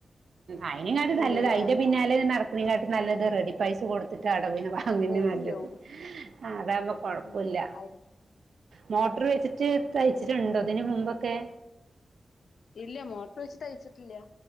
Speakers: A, on the right; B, on the left.
A: അയിന് ങ്ങക്ക്
B: ഉണ്ട്ല്ലേ
A: നല്ലത് അയ്ന്റെ പിന്നാലെ നട ക്നാട്ട് നല്ലത് റെഡി പൈസ കൊടുത്തിട്ട് അടവിന് വാങ്ങന്നെ
B: പേടിക്കാവും
A: നല്ലത് ആഹ് അതാവുമ്പോ കൊഴപ്പില്ല
B: ഉം ആയി
A: മോട്ടർ വെച്ചിട്ട് തയ്ച്ചിട്ടുണ്ടോ തിന് മുമ്പൊക്കെ
B: ഇല്ല മോട്ടർ വെച്ച് തയ്ച്ചിട്ടില്ല